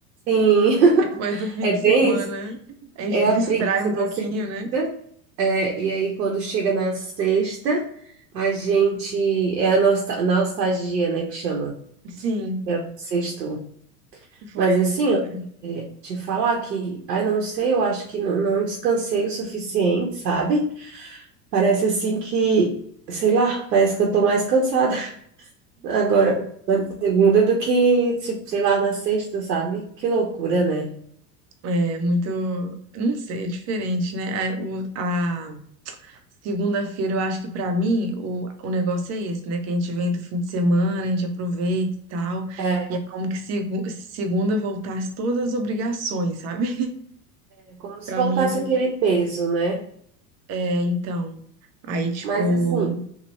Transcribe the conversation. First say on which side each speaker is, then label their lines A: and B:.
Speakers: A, on the right; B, on the right.
A: Sim, <laughs>
B: Depois do fim
A: é
B: de semana,
A: bem, isso.
B: a gente
A: é
B: distrai
A: a preguiça
B: um pouquinho,
A: da segunda.
B: né?
A: É, e aí quando chega na sexta, a gente é a nosta- nostalgia, né, que chama.
B: Sim,
A: É o sexto.
B: foi
A: Mas assim,
B: isso. foi,
A: ó,
B: né?
A: é, te falar que, ai, não sei, eu acho que não, não descansei o suficiente, sabe? Parece assim que, sei lá, parece que eu tô mais cansada. Agora, na segunda do que, tipo, sei lá, na sexta, sabe? Que loucura, né?
B: É muito, não sei, é diferente, né? É, o- A, segunda-feira, eu acho que pra mim o, o negócio é esse, né? Que a gente vem do fim de semana, a gente aproveita e tal.
A: É,
B: E é como que segu- se segunda voltasse todas as obrigações, sabe?
A: é como se
B: Pra
A: voltasse
B: mim é meio...
A: aquele peso, né?
B: É, então. Aí, tipo.
A: Mas assim,